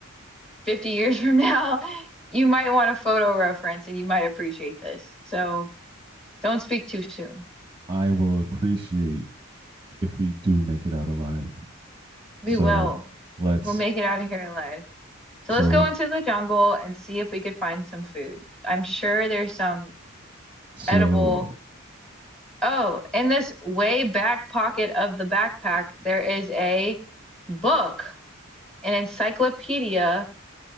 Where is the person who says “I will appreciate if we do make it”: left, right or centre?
Right